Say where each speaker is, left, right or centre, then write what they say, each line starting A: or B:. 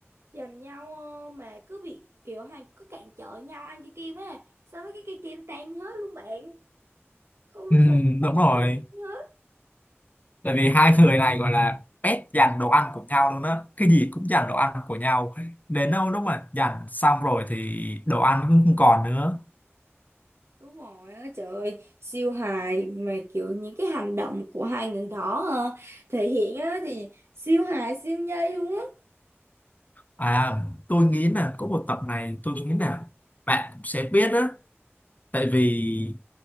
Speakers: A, on the right; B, on the left.
A: giành nhau ờ, mà cứ bị kiểu hàng cứ cản trở nhau ăn cái kim á sau đó cái cây kim tan hết luôn bạn không
B: Ừ,
A: rút cuộc không có
B: đúng rồi.
A: ai được ăn hết
B: Tại vì hai người này gọi là pet giành đồ ăn của nhau luôn á. Cái gì cũng giành đồ ăn của nhau. Đến đâu lúc mà giành xong rồi thì đồ ăn cũng không còn nữa.
A: đúng rồi á trời ơi siêu hài mà kiểu những cái hành động của hai người đó ờ, thể hiện á thì siêu hài siêu nhây luôn á
B: À, tôi nghĩ là có một tập này tôi nghĩ là bạn cũng sẽ biết á. Tại vì